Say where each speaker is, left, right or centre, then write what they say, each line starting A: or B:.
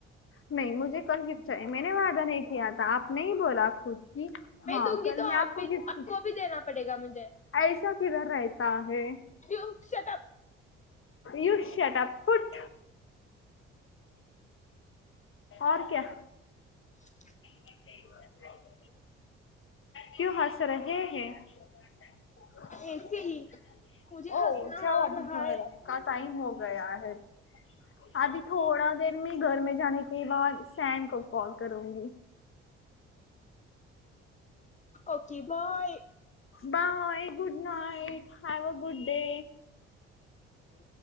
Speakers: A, on the left; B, on the left.
A: नाही मुझे कल गिफ्ट चाहिए मैंने वादा नही किया था आपने ही बोला था खुद.. कि हाँ
B: मै दूंगी
A: कल मैं
B: तो आप
A: आपको
B: भी
A: गिफ्ट
B: आपको भी देना पडेगा मुझे..
A: ऐसा किधर राहता है....
B: जो shut up.....
A: you shut up फूट..... और क्या?
B: ह
A: <unintelligible> क्यू हस रहे है..... <unintelligible>
B: ऐसे ही मुझे हंसना
A: त्या
B: आ रहा है
A: टाईम हो गया है... आभी थोडा देर मी घर मे जाने के बा सॅन को कॉल करुंगी....
B: okay bye....
A: bye good night have a good day.....
B: हो.....